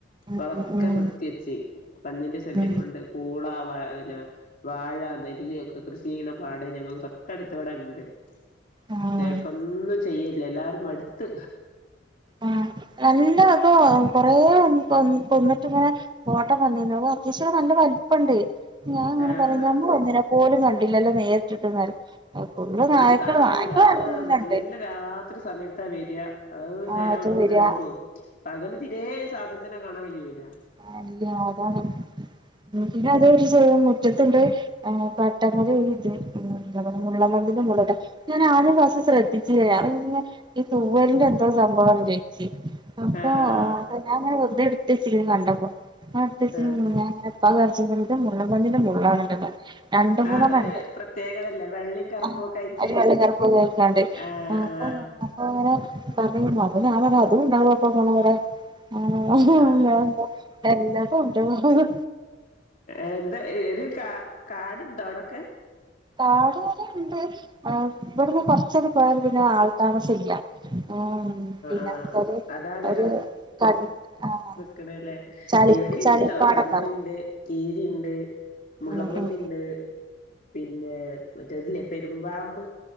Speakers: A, on the left (about 45°); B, on the right (about 25°).
A: ഇപ്പൊ
B: ഉം
A: അതൊക്കെ
B: ഉം
A: നിർത്തി വെച്ച് പന്നിന്റെ ശല്യംകൊണ്ട്
B: ഉം
A: പൂളാ വ പിന്നെ വാഴ, നെല്ല് ഒക്കെ കൃഷി ചെയ്യ്ണെ പാടെയ് ഞങ്ങൾ തൊട്ടടുത്ത് ഇവടെണ്ട്.
B: ആഹ്
A: പക്ഷേ ഇപ്പൊന്നും ചെയ്യലില്ല എല്ലാരും മട്ത്ത്
B: ആഹ് ന്നല്ലെതാ കൊറെ കൊന്ന് കൊന്ന്ട്ട് ഇങ്ങെനെ ഫോട്ടം വന്നീന്നു അപ്പെ അത്യാവിശ്യം നല്ലെ വൽപണ്ട്. ഞാന് ഇങ്ങെനെ
A: ആഹ്
B: പറയും ഞമ്മള് ഒന്നിനെ പോലും കണ്ടില്ലല്ലോ നേരിട്ടിട്ട് പറയും <unintelligible> ഫുള്ള്
A: നമുക്ക്
B: നായ്ക്കള്
A: കാണാൻ
B: നായ്ക്കള്
A: കഴിയൂല നമ്മള്
B: ന്നല്ലെണ്ട്.
A: നല്ല രാത്രി സമയത്താ വെരാ അയ്
B: ആഹ്
A: നേരം
B: അത്
A: വെള്ക്കുമ്പൊത്തിന്
B: വരാ
A: ഓല് പോവും പകല് തിരെ സാദ ത്തിനെ കാണാൻ കയ്യുല.
B: ആഹ് അല്ല അതാണ് ഉം പിന്നെ അത്ചെയ്യും മുറ്റെത്ത്ണ്ട് ഏഹ് പട്ടമ്മെല് ഇത് എന്താപറിയ മുള്ളെൻ പന്നിന്റെ <unintelligible> ഞാനാദ്യ പ്രാവിശ്യം ശ്രദ്ധിച്ചില്ല ഞാനത് പിന്നെ ഈ തൂവെലിന്റെ എന്തോ സംഭവാ വിജാരിച്ച്. അപ്പോ
A: ആഹ് ആഹ്
B: ഞാങ്ങനെ വെർതെ ഇട്ത്തെച്ചിര്ന്നു കണ്ടപ്പോ ഞാൻ ഇട്ത്ത് വെച്ച്
A: ആഹ്
B: ഞാനിങ്ങനെ <unintelligible> മുള്ളെൻ പന്നീന്റെ മുള്ളാണല്ലോ <unintelligible> രണ്ട് മൂന്നെണ്ണം
A: ആഹ് ഒരു
B: ഇണ്ട്
A: പ്രത്യേകതല്ലേ വെള്ളയും കറുപ്പും
B: ആഹ്
A: ഒക്കെ ആയിട്ട്
B: ഒര് വെള്ളി കർപ്പൊക്കെ അയ്ക്കാണ്ട്. <unintelligible>
A: ആഹ് ആഹ്
B: അപ്പെ അങ്ങെനെ പർഞ് അപ്പൊ ഞാൻ പർഞ് അതും ഇണ്ടാവും അപ്പൊ ഞമ്മളെ ഇവടെ <unintelligible>
A: ആഹ്
B: എല്ലാതുണ്ട് അഹ്.
A: എന്താ ഏത് കാ കാട്ണ്ടോ അവ്ടൊക്കെ
B: കാട് ഇങ്ങെനെണ്ട് ഏ ഇവെട്ന്ന് കൊർച്ചണ് പോയാൽ പിന്നെ ആൾ താമസം ഇല്ല്യാ ആഹ് പിന്നെ
A: ആഹ്
B: ഒര്
A: അതാണ്
B: ഒര് കണ് ആഹ്
A: ക്ക്ണ്ലെ
B: ചളി
A: ഇവെടീണ്ട്ട്ടോ
B: ചളിപ്പാടം
A: പന്നിണ്ട്
B: ഉണ്ടാവില്ലേ
A: കീരിണ്ട് മുള്ളമ്പന്നിണ്ട്
B: ഉം ഉം
A: പിന്നെ മറ്റേതില്ലേ പെരുമ്പാമ്പ്